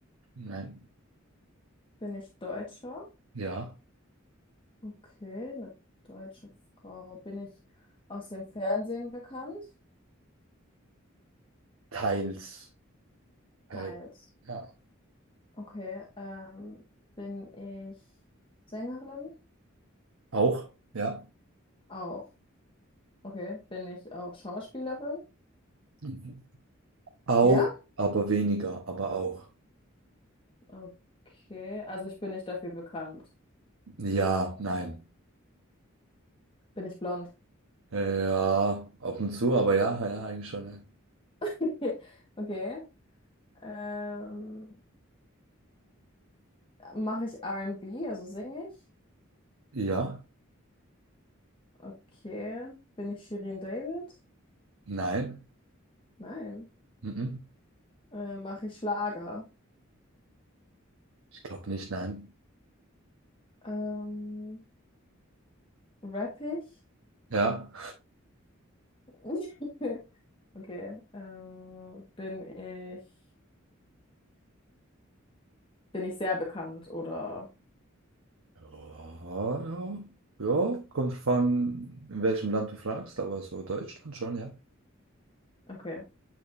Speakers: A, on the right; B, on the left.
A: Nein.
B: Bin ich Deutscher?
A: Ja.
B: Okay, eine deutsche Frau. Bin ich aus dem Fernsehen bekannt?
A: Teils. Geil.
B: Teils.
A: Ja.
B: Okay, ähm, bin ich Sängerin?
A: Auch, ja.
B: Auch. Okay, bin ich auch Schauspielerin?
A: Mhm. Auch,
B: Ja?
A: aber weniger, aber auch.
B: Okay, also ich bin nicht dafür bekannt.
A: Ja, nein.
B: Bin ich blond?
A: Äh, Ja, ab und zu, aber ja, ja, eigentlich schon. Ja,
B: <laughs> Okay. Ähm, mache ich R&B, also singe ich?
A: Ja,
B: Okay. Bin ich Shirin David?
A: nein.
B: Nein.
A: Mhm.
B: Äh, mache ich Schlager?
A: Ich glaube nicht, nein.
B: Ähm, Rapp ich?
A: Ja.
B: <laughs> Okay. Ähm, bin ich, bin ich sehr bekannt oder
A: Ja, ja. Ja, kommt drauf an, in welchem Land du fragst, aber so Deutschland schon, ja.
B: okay.